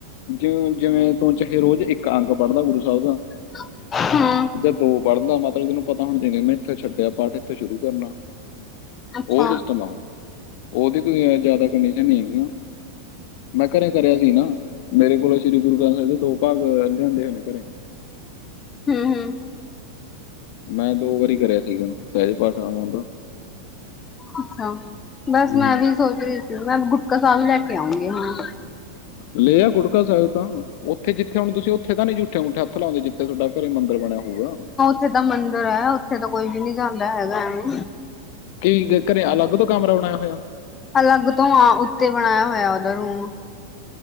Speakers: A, on the left (about 50°); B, on the left (about 20°).
A: ਜੋ। ਜਿਵੇਂ ਤੂੰ ਚਾਹੇ ਰੋਜ਼ ਇੱਕ ਅੰਗ ਪੜ੍ਹਲਾਂ ਗੁਰੂ ਸਾਹਿਬ ਦਾ।
B: <unintelligible> ਹਾਂ।
A: ਜਾ ਦੋ ਪੜਲਾ ਮਤਲਬ ਤਨੂੰ ਪਤਾ ਹੋਨਾ ਚਾਹਿਦਾ ਮੈ ਇੱਥੌ ਛੱਡੇਯਾ ਪਾਠ। ਥੋ ਸ਼ੁਰੂ ਕਰਨਾ
B: ਅੱਛਾ
A: ਔਹ ਸਿਸਟਮ ਆ ਔ। ਔਦੀ ਕੋਈ ਐ ਜਾਦਾ ਕੰਡੀਸ਼ਨ ਨੀ ਹੈਗੀ। ਮੈਂ ਘਰੇ ਕਰਿਆ ਸੀ ਨਾ ਮੇਰੇ ਕੋਲੋਂ ਸ੍ਰੀ ਗੁਰੂ ਗ੍ਰੰਥ ਸਾਹਿਬ ਦੇ ਦੋ ਭਾਗ ਲਿਆਂਦੇ ਹੋਏ ਨੇ ਘਰੇ।
B: ਹਮ- ਹਮ।
A: ਮੈਂ ਦੋ ਵਾਰੀ ਕਰਿਆ ਸੀਗਾ। ਸਹਿਜ ਪਾਠ ਮੈ ਔਦਾ।
B: ਅੱਛਾ। ਬਸ
A: ਹੂੰ
B: ਮੈਂ ਵੀ ਸੋਚ ਰੀ ਸੀ, ਮੈਂ ਵਿ ਗੁਟਕਾ ਸਾਹਿਬ ਵੀ ਲੈ ਕੇ ਆਉਂਗੀ ਹਾਂ।
A: ਲੇ ਆ ਗੁਟਕਾ ਸਾਹਿਬ ਤਾਂ ਔਥੇ- ਜਿੱਥੇ ਹੁਣ ਤੁਸੀਂ ਔਥੇ ਤੇ ਨੀ ਝੂਠੇ- ਮੂਠੇ ਹੱਥ ਲਾਉਂਦੇ ਜੇ। ਇਕ ਡੈਪਰ ਹੀ ਨਮਬਂਰ ਪੈਨਾ ਹੁਗਾ।
B: ਜਿਥੇ ਮੰਦਿਰ ਹੈ, ਔਥੇ ਤਾਂ ਕੋਈ ਵੀ ਨੀ ਜਾਂਦਾ ਹੈਗਾ ਐਨੂੰ।
A: ਕੀ ਘਰੇ ਅਲੱਗ ਤੋਂ ਕਮਰਾ ਬਨਾਏਆ ਹੋਇਆ।
B: ਅਲੱਗ ਤੋਂ ਆ ਊਣੇ ਬਣਾਇਆ ਹੋਇਆ ਔਦਾਂ ਰੂਮ।